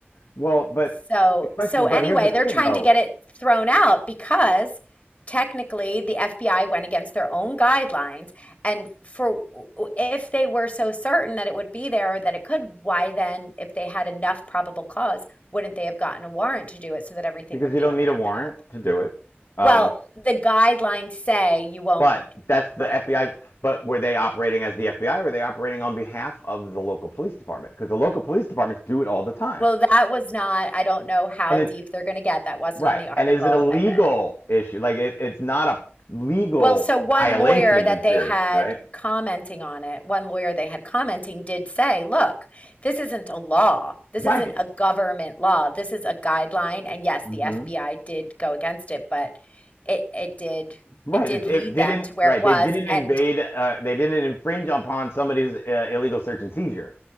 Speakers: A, on the left; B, on the left.
A: Well, but
B: So,
A: the question,
B: so anyway,
A: but here's the thing
B: they're trying
A: though,
B: to get it thrown out because technically the FBI went against their own guidelines. And for if they were so certain that it would be there or that it could, why then, if they had enough probable cause, wouldn't they have gotten a warrant to do it so that everything
A: because
B: would
A: you
B: be
A: don't
B: on
A: need
B: the
A: a
B: up
A: warrant
B: and up?
A: to do it.
B: Well,
A: Um,
B: the guidelines say you won't,
A: But that's the
B: right.
A: FBI. But were they operating as the FBI? Or were they operating on behalf of the local police department? Because the local police departments do it all the time.
B: Well, that was not, I don't know how
A: And it's
B: deep they're going to get. That wasn't
A: right.
B: in the article
A: And is it a legal
B: I read.
A: issue? Like it, it's not a legal
B: Well, so one
A: violation
B: lawyer that
A: in
B: they
A: theory,
B: had
A: right?
B: commenting on it, one lawyer they had commenting did say, look, this isn't a law. This
A: Right.
B: isn't a government law. This is a guideline. And yes,
A: hmm
B: the FBI did go against it, but it it did
A: Right.
B: it did
A: It,
B: lead
A: it didn't.
B: them to where
A: Right.
B: it was.
A: They didn't
B: And
A: invade. Uh, they didn't infringe upon somebody's uh, illegal search and seizure.